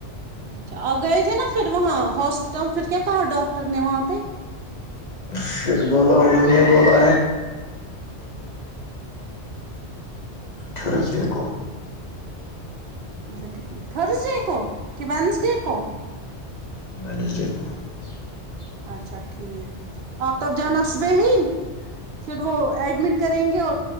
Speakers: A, on the right; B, on the left.
A: اچھا آپ گئے تھے نا پھر وہاں ہاسپٹ تو پھر کیا کہاں ڈاکٹر نے وہاں پہ
B: پھر بولا انہوں نے بولا ہےرس دے کو
A: اچھا تھرسڈے کو کہ ونسڈے <unintelligible>
B: م ڈ <unintelligible> <inaudible>
A: اچھاچ <unintelligible> ٹھیک آپ تب جانسب ہی پھر وہ ایڈمٹ کریں گے اور